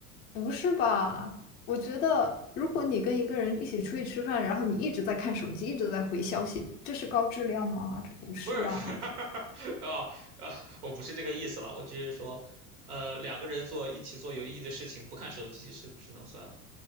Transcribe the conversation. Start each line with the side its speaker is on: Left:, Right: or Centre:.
Left: 不是吧？我觉得，如果你跟一个人一起出去吃饭，然后你一直在看手机，一直在回消息，这是高质量吗？这不是啊。
Right: 不是，不是 <laughs> 啊啊，我不是这个意思了，我只是说，呃，两个人做一起做有意义的事情，不看手机是不是能算呢？